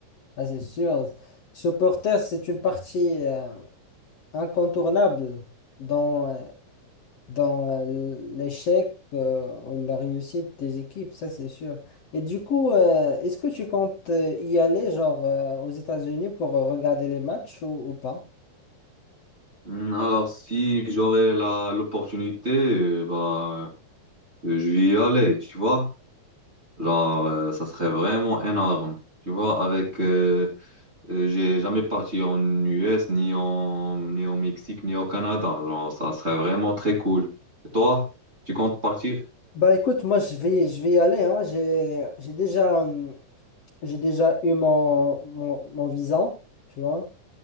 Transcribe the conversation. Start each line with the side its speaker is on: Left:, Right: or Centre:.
Left: ça c'est sûr. Supporter, c'est une partie euh, incontournable dans, euh, dans euh, l'échec euh, ou la réussite des équipes, ça c'est sûr. Et du coup, euh, est-ce que tu comptes euh, y aller, genre euh, aux États-Unis pour euh, regarder les matchs ou, ou pas?
Right: Hmm, Alors, si j'aurais la, l'opportunité, euh, bah, euh, je vais y aller, tu vois. Genre, euh, ça serait vraiment énorme. Tu vois, avec, euh, euh, j'ai jamais parti en US, ni en, ni au Mexique, ni au Canada. Genre, ça serait vraiment très cool. Et toi, tu comptes partir?
Left: Bah écoute, moi je vais, je vais y aller, hein. J'ai, j'ai déjà, hum, j'ai déjà eu mon, mon, mon visa, tu vois,